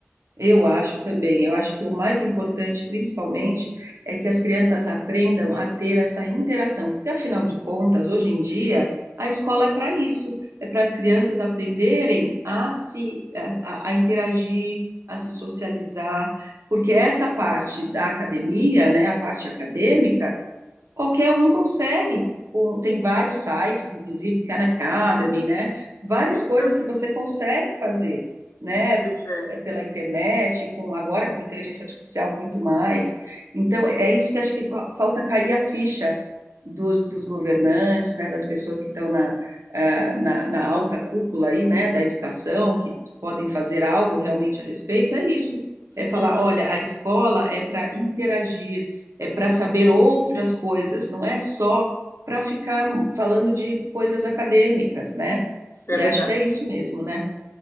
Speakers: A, on the right; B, on the left.
A: Eu acho também. Eu acho que o mais importante, principalmente, é que as crianças aprendam a ter essa interação, porque afinal de contas, hoje em dia, a escola é para isso, é para as crianças aprenderem a se a, a- a interagir, a se socializar, porque essa parte da academia, né, a parte acadêmica, Qualquer um consegue. com- Tem vários sites, inclusive Khan Academy, né? Várias
B: Exato,
A: coisas que você consegue fazer, né?
B: pois é.
A: Eh, Pela internet, com agora com inteligência artificial muito mais. Então, é isso que acho que fa- falta cair a ficha dos, dos governantes, né? Das pessoas que estão na, ah, na, na alta cúpula aí, né? Da educação, que, que podem fazer algo realmente a respeito. É isso. É falar,
B: Hum,
A: olha, a escola é para interagir é para saber outras coisas, não é só para ficar falando de coisas acadêmicas, né? E
B: É
A: acho
B: verdade.
A: que é isso mesmo, né?